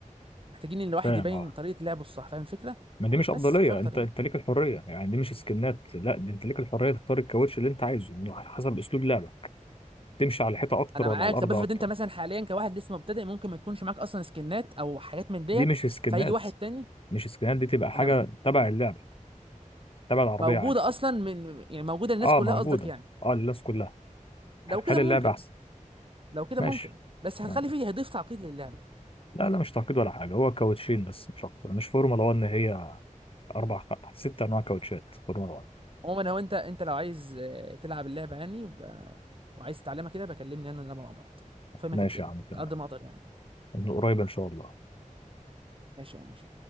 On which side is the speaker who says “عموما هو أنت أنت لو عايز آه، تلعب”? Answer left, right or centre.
Right